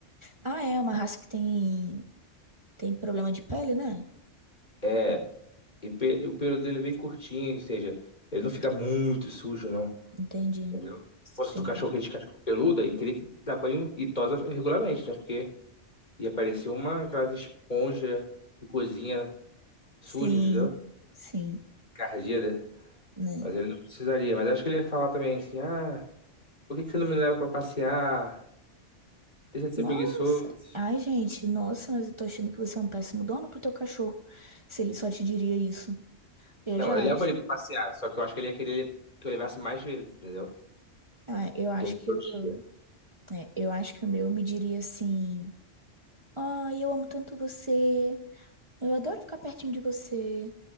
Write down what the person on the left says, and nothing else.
É, E o pe- o pelo dele é bem curtinho, ou seja, ele não fica muito sujo, não,
entendeu? Se fosse
o cachorro, aquele cachorro peludo, aí teria que dar banho e tosa regularmente, né? Porque ia aparecer uma, aquelas esponja de cozinha suja,
entendeu?
Encardida.
Mas ele não precisaria. Mas eu acho que ele ia falar também assim, ah, por que que você não me leva pra passear? Deixa de ser
preguiçoso.
Não,
eu levo
ele pra passear, só que eu acho que ele ia querer que eu levasse mais vezes, entendeu?
Durante
o dia.